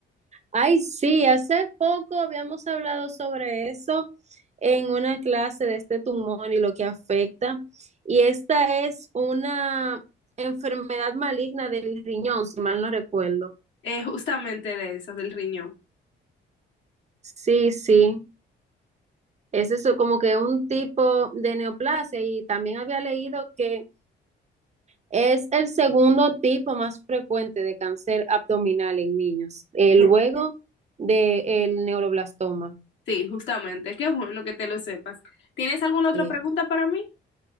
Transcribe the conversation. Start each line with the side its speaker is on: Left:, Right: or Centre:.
Right: Ay, sí, hace poco habíamos hablado sobre eso en una clase de este tumor y lo que afecta. Y esta es una enfermedad maligna del riñón, si mal no recuerdo.
Left: Eh, justamente de esas, del riñón.
Right: Sí, sí. Es eso, como que un tipo de neoplasia y también había leído que es el segundo tipo más frecuente de cáncer abdominal en niños, eh,
Left: Sí.
Right: luego del neuroblastoma.
Left: Sí, justamente. Qué bueno que te lo sepas. ¿Tienes alguna otra
Right: Sí.
Left: pregunta para mí?